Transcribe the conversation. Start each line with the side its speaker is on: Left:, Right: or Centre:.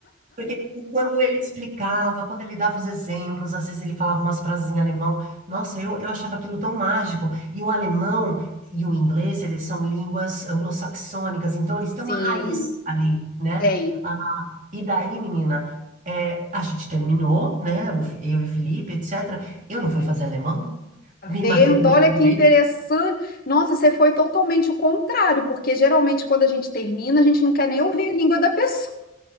Right: porque quando ele explicava, quando ele dava os exemplos, às vezes ele falava umas frases em alemão. Nossa, eu, eu achava aquilo tão mágico. E o alemão e o inglês, eles são línguas anglo-saxônicas, então eles têm
Left: Sim,
Right: uma raiz ali, né?
Left: tem.
Right: Ah, e daí, menina, é, a gente terminou, né? o Fi- Eu e o Felipe, etc. Eu não fui fazer alemão, me
Left: vendo?
Right: matriculei
Left: Olha
Right: também.
Left: que interessante. Nossa, você foi totalmente o contrário, porque geralmente quando a gente termina, a gente não quer nem ouvir a língua da pessoa.